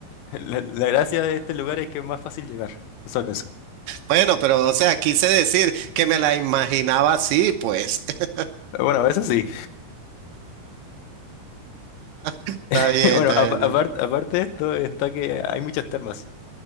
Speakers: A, on the left; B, on the right.
A: la, la gracia de este lugar es que es más fácil llegar. Solo eso.
B: Bueno, pero, o sea, quise decir que me la imaginaba así, pues. <laughs>
A: Bueno, eso sí.
B: Está
A: <laughs>
B: bien,
A: Bueno,
B: está
A: apa-
B: bien. está
A: apart-
B: bien.
A: aparte de esto, está que hay muchas termas.